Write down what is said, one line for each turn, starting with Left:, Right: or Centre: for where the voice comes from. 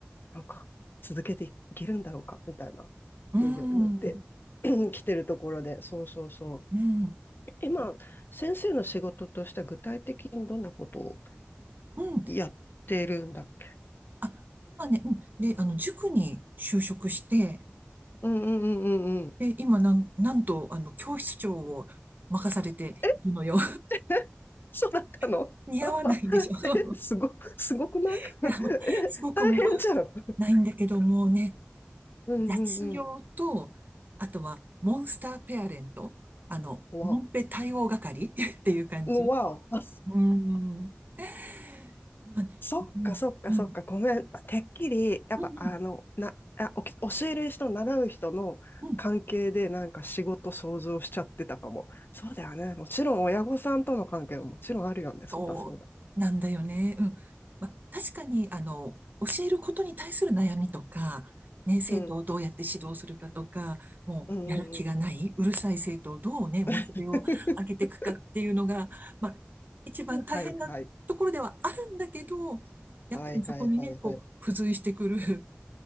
Left: うなんか続けていけるんだろうか、みたいなふうに思って
Right: うん、
Left: <clears throat> <laughs> 来てるところで、そうそうそう。
Right: うん、
Left: 今、先生の仕事としては具体的にどんなことを
Right: うん。
Left: やってるんだっけ
Right: あ、今ね、うん。で、あの、塾に就職して、
Left: うんうんうんうんうん。
Right: で、今、なん、なんと、あの、教室長を任されているのよ。
Left: え、<laughs> え、そうだったの
Right: <laughs> 似合わないでしょ。
Left: <laughs> え、すご、すごくない <laughs>
Right: <laughs> やもうすごくもう
Left: え、大変じゃん。
Right: ないんだけど、もうね、
Left: <laughs> うんうんうん。
Right: 雑用と、あとはモンスターペアレント、あの、
Left: わ
Right: モンペ対応係 <laughs> っていう感じ。
Left: お。わお。
Right: うん。<laughs> まあね、
Left: そっかそっかそっか、
Right: うん、うん、
Left: ごめん。てっきり、やっぱあの、
Right: うん、
Left: な、あ、おき教える人、習う人の関係でなんか仕事想像しちゃってたかも。
Right: うん。うん
Left: そうだよね。もちろん親御さんとの関係ももちろんあるよね。そうだそうだ。
Right: そうなんだよね。うん。まあ、確かに、あの、教えることに対する悩みとか、ね、生徒をどうやって指導するかとか、
Left: うん。
Right: もうやる気がない、
Left: うんうんうん。
Right: うるさい生徒をどうね、モチベを上げていくかっていうのが、
Left: <laughs>
Right: まあ、一番大変なところではあるんだけど、
Left: はいはい。
Right: やっぱりそこにね、
Left: はいはいはいはい。
Right: こう、付随してくる、